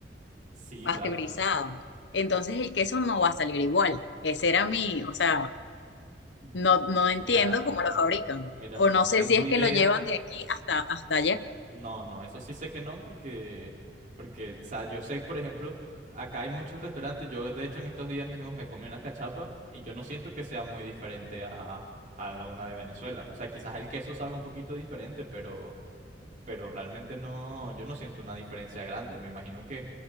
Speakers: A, on the right; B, on the left.
A: Sí,
B: pasteurizada.
A: claro.
B: Entonces el queso no va a salir igual. Ese era mi, o sea,
A: Mm,
B: No, no entiendo
A: Mira,
B: cómo lo fabrican.
A: mira,
B: O
A: no
B: no
A: tengo
B: sé si es
A: idea.
B: que lo llevan de aquí hasta, hasta allá.
A: No, no, eso sí sé que no, porque, porque, o sea, yo sé, por ejemplo, acá hay muchos restaurantes. Yo, de hecho, en estos días mismos me comí una cachapa y yo no siento que sea muy diferente a, a la- una de Venezuela. O sea, quizás el queso sabe un poquito diferente, pero pero realmente no, yo no siento una diferencia grande. Me imagino que